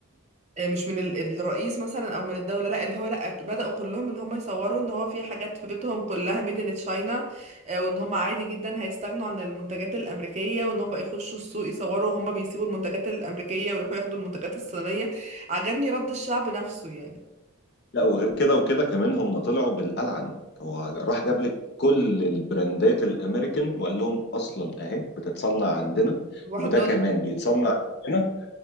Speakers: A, on the right; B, on the left.
A: آه، مش من ال- الرئيس مثلا او من الدوله لا اللي هو لا بداوا كلهم ان هم يصوروا ان هو في حاجات في بيتهم كلها ميد ان تشاينا وان هم عادي جدا هيستغنوا عن المنتجات الامريكيه وان هم بقى يخشوا السوق يصوروا وهم بيسيبوا المنتجات الامريكيه ويروحوا ياخدوا المنتجات الصينيه عجبني رد الشعب نفسه يعني
B: لا وغير كده وكده كمان هم طلعوا بالألعن هو راح جاب لك كل البراندات الامريكان وقال لهم اصلا اهي بتتصنع عندنا
A: واحد
B: وده
A: دولار
B: كمان بيتصنع عندنا